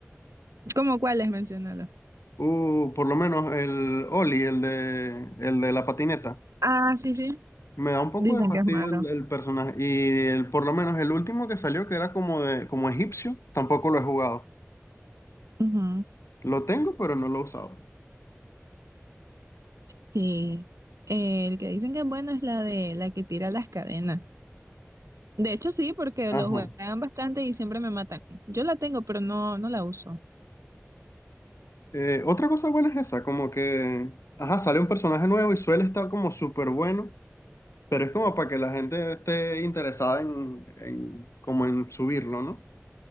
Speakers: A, on the right; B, on the left.
A: ¿cómo cuáles? Menciónalo.
B: Uh, por lo menos el Oli, el de, el de la patineta,
A: Ah, sí, sí.
B: me da un poco
A: Dicen
B: de fastidio
A: que es malo.
B: el, el personaje, y el, por lo menos el último que salió, que era como de, como egipcio, tampoco lo he jugado.
A: Ujú,
B: Lo tengo, pero no lo he usado.
A: Sí. Eh, El que dicen que es bueno es la de la que tira las cadenas. De hecho, sí, porque
B: Ajá.
A: lo juegan bastante y siempre me matan. Yo la tengo, pero no, no la uso.
B: Eh, otra cosa buena es esa, como que, ajá, sale un personaje nuevo y suele estar como súper bueno, pero es como para que la gente esté interesada en, en- como en subirlo, ¿no?